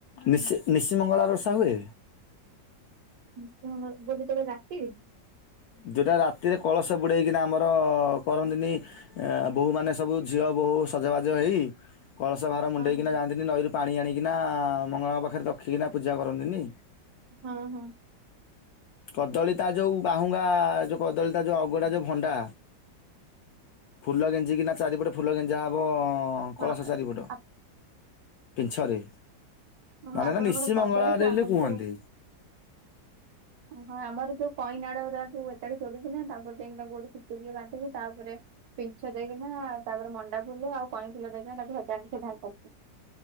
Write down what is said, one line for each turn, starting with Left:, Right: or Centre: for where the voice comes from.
Left: ନିଶ ନିଶି ମଙ୍ଗଳବାର ଓଷା ହୁଏ।
Right: ନିଷି ମଙ୍ଗଳା <unintelligible> ରାତିି।
Left: ଯଉଟା ରାତିରେ କଳସ ବୁଡ଼େଇକିନା ଆମର କରନ୍ତିନି। ଆ ବୋହୂ ମାନେ ସବୁ ଝିଅ ବୋହୂ ସଜବାଜ ହେଇ। କଳସ ଭାର ମୁଣ୍ଡେଇକିନା
Right: ହଁ
Left: ଯାଆନ୍ତିନି ନଈରୁ ପାଣି ଆଣିକିନା ମଙ୍ଗଳାଙ୍କ ପାଖରେ ରଖିକିନା ପୂଜା କରନ୍ତିନି।
Right: ହଁ ହଁ।
Left: କଦଳୀ ତା ଯୋଉ ବାହୁଙ୍ଗା ଯୋଉ କଦଳୀ ତା ଯୋଉ ଅଗଟା ଯୋଉ ଭଣ୍ଡା। ଫୁଲ ଗେଞ୍ଜିିକି ନା ଚାରିପଟେ ଫୁଲ ଗେଞ୍ଜା ହବ।
Right: ହଁ
Left: କଳସ ଚାରିପଟ ପିଞ୍ଚରେ।
Right: ଓହୋ
Left: ମାନେ
Right: ଆପଣଙ୍କର
Left: ତ ନିସି
Right: କଦଳୀ
Left: ମଙ୍ଗଳବାରେ
Right: କି ଆମର
Left: ବୋଲି କୁହନ୍ତି।
Right: ଓ ହଁ ଆମର ଯୋଉ କଇଁ ନାଡ ଗୁଡାକୁ ଏକାଠି ତୋଳିକି ନା ତାପରେ ଯାଇକି ତାଙ୍କୁ ଗୁଟେ ସୁତୁଲିରେ ବାନ୍ଧିକି ତାପରେ। ପିଞ୍ଚ ଦେଇକିନା ତାପରେ ମଣ୍ଡା ଫୁଲ ଆଉ କଇଁ ଫୁଲ ଦେଇକିନା ତାଙ୍କୁ ସଜାନ୍ତି <unintelligible>